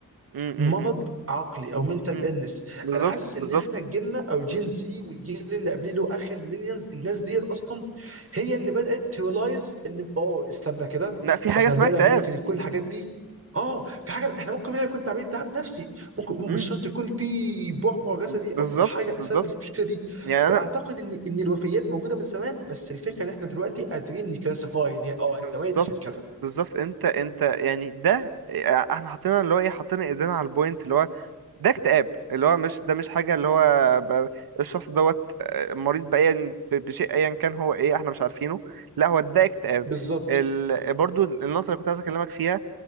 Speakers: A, on the right (about 80°); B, on the right (about 40°).
A: م- م-
B: مرض عقلي او منتال
A: م- م-
B: النس
A: بالظبط
B: انا حاسس ان
A: بالظبط
B: احنا جيلنا او جين زي والجيل اللي قبليه اللي هو اخر الميلينيالز الناس ديت اصلا هي اللي بدات تريلايز ان اه استنى كده
A: لا في حاجه
B: ده احنا
A: اسمها
B: فعلا
A: اكتئاب
B: ممكن يكون الحاجات دي اه في حاجه احنا ممكن فعلا يكون تعبين تعب نفسي ممكن
A: م-
B: مش شرط يكون في بعبع جسدي
A: بالظبط
B: او حاجه
A: بالظبط
B: اسبب المشكله دي
A: يعني
B: فاعتقد
A: انا
B: ان ان الوفيات موجوده من زمان بس الفكره ان احنا دلوقتي قادرين نكلاسيفاي ان هي اه
A: بالظبط
B: انت ميت عشان كده
A: بالظبط انت انت يعني ده احنا حطينا اللي هو ايه حطينا ايدينا على البوينت اللي هو ده اكتئاب اللي هو مش ده مش حاجة اللي هو ب- الشخص دوت آه، مريض بأيا ب- بشيء ايا كان هو ايه احنا مش عارفينه لا هو ده اكتئاب
B: بالظبط
A: ال... برضو النقطة اللي كنت عايز اكلمك فيها